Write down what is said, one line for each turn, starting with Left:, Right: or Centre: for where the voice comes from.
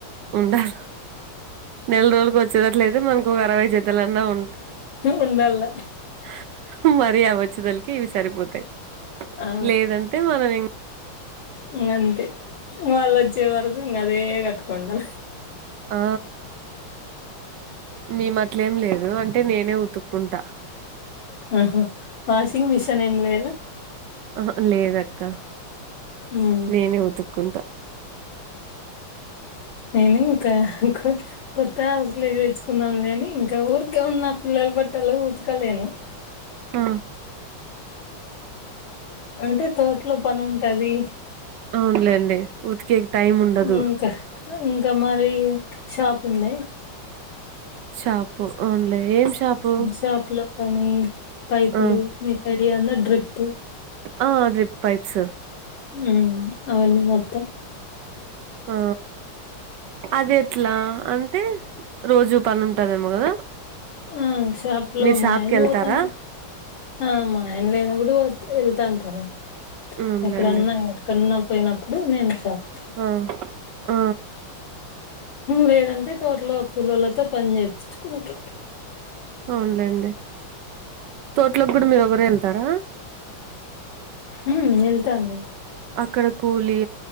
Right: ఉండాలి నెల రోజులకి వచ్చేటట్లయితే మనకు ఒక అరవై చేతలన్నా ఉ
Left: ఉండల
Right: <unintelligible> సరిపోతాయి
Left: ఆ
Right: లేదంటే మనం ఇం
Left: ఇంగ అంతే వాళ్ళు వచ్చే వరకు ఇంకా అదే కట్టుకున్న
Right: ఆ మీ మట్లే ఏం లేదు అంటే నేనే ఉతుక్కుంటా
Left: ఆహా వాషింగ్ మిషిన్ ఏం లేదు
Right: ఆ లేదక్క
Left: ఉమ్
Right: నేనే ఉతుక్కుంటా
Left: అయినా ఇంకా ఇంకోటి కొత్త హస్లే తెచ్చుకున్నాంలేని ఇంకా ఊరికే ఉన్న పిల్లలు బట్టలు ఊతకలేను
Right: ఆ
Left: అంటే తోట్లో పని ఉంటది
Right: అవునులేండి ఉతికే టైం ఉండదు
Left: ఇంకా ఇంకా మరి షాప్ ఉంది
Right: షాపు అవునులే ఏం షాపు
Left: షాప్ లో పని పైపులు
Right: ఆ
Left: మసడిఅన్న డ్రిప్
Right: ఆ అడ్రిప్పైప్స్
Left: ఉ అవన్నీ మొత్తం
Right: ఆ అది ఎట్లా అంటే రోజు పని ఉంటదేమో కదా
Left: ఆ షాప్ లో
Right: మీరు
Left: మా
Right: షాప్
Left: ఆయన
Right: కి వెళ్తారా
Left: పోతంటారు ఆ మా ఆయన లేనప్పుడు వెళ్తా అంటాను
Right: అవునులేండి
Left: ఎక్కడన్నా కన్నా పోయినప్పుడు నేను షాప్
Right: ఆ ఆ
Left: లేదంటే తోట్లో కూలొల్లతో పని చేయించుకుంటు
Right: అవునులేండి తోటలోకి కూడా మీరు ఒకరే వెళ్తారా
Left: ఉ వెళ్తాండి
Right: అక్కడ కూలి